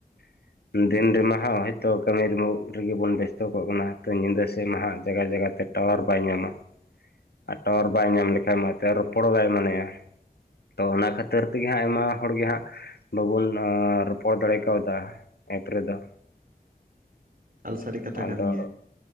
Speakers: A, on the left; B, on the right.
A: <inaudible> ᱫᱤᱱ ᱨᱮᱢᱟ ᱦᱳᱭ ᱛᱚ ᱠᱟᱹᱢᱤ ᱨᱮᱢᱩ ᱨᱮᱜᱮ ᱵᱚᱱ ᱵᱮᱥᱛᱚ ᱠᱚᱜ ᱠᱟᱱᱟ᱾ ᱛᱚ ᱧᱤᱫᱟᱹ ᱥᱮ ᱢᱟ ᱦᱟᱸᱜ ᱡᱟᱜᱟ ᱡᱟᱜᱟ ᱛᱮᱫ ᱴᱟᱣᱟᱨ ᱵᱟᱭ ᱧᱟᱢᱟ ᱟᱨ ᱴᱟᱣᱟᱨ ᱵᱟᱭ ᱧᱟᱢ ᱞᱮᱠᱷᱟᱡ ᱢᱟᱪᱚ ᱨᱚᱯᱚᱲ ᱵᱟᱭ ᱢᱚᱱᱮᱭᱟ᱾ ᱛᱚ ᱚᱱᱟ ᱠᱷᱟᱹᱛᱤᱨ ᱛᱮᱜᱮ ᱦᱟᱸᱜ ᱟᱭᱢᱟ ᱦᱚᱲᱜᱮ ᱦᱟᱸᱜ ᱵᱟᱵᱚᱱ ᱟ ᱨᱚᱯᱚᱲ ᱫᱟᱲᱮ ᱠᱟᱣᱫᱟ ᱮᱯ ᱨᱮᱫᱚ᱾
B: ᱮᱠᱟᱞ ᱥᱟᱹᱨᱤ ᱠᱟᱛᱷᱟ
A: ᱟᱫᱚ
B: ᱠᱟᱱ ᱜᱮᱭᱟ